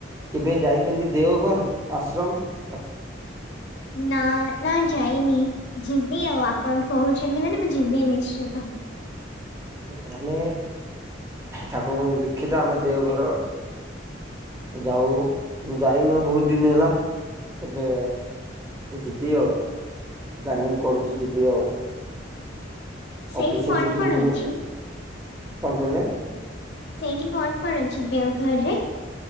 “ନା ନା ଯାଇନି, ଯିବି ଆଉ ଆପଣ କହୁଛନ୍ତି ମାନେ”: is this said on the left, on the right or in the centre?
Left